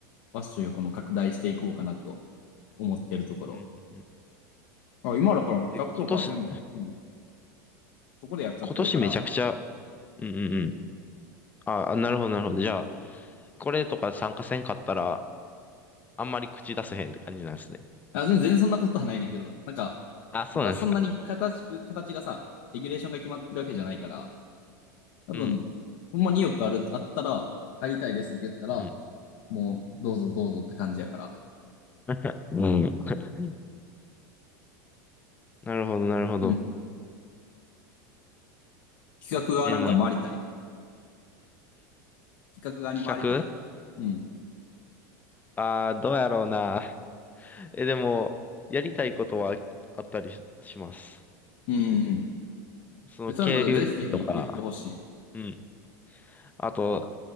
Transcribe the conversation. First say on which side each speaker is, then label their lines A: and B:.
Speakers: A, on the left; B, on the left.
A: ファッションをこの拡大していこうかなと思ってるところ。
B: うんうんうん。
A: あ、今だから企画とかは全部、
B: え、今年、
A: うん、そこでやっちゃってるから、
B: 今年めちゃくちゃ、うんうんうん。あ、あなるほど、なるほど。じゃあ、これとか参加せんかったら、あんまり口出せへんって感じなんですね。
A: あ、全然全然そんなことはないねんけど、なんか、
B: あ、そうなんですか。
A: まだそんなに形く、形がさ、レギュレーションが決まってるわけじゃないから、多分、
B: うん。
A: ほんまに意くある、あったら、入りたいですって言ったら、
B: うん。
A: もう、どうぞどうぞって感じやから。
B: <laughs> うん。<laughs> なるほど、なるほど。
A: うん。企画側なんか回りたい。
B: え、でも、ん
A: 企画側に回りたい。
B: 企画
A: うん。
B: ああー、どうやろうな。<laughs> え、でも、やりたいことはあったりしします。
A: うんうん
B: その、
A: うん。そうなんだとぜひぜひ言ってほしい。
B: 渓流釣りとか、うん。あと、